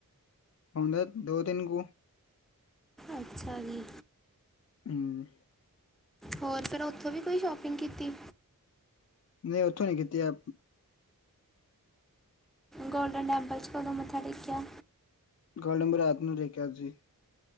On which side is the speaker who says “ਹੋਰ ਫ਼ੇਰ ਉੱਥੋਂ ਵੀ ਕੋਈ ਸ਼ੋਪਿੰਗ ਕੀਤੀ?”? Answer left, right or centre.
Centre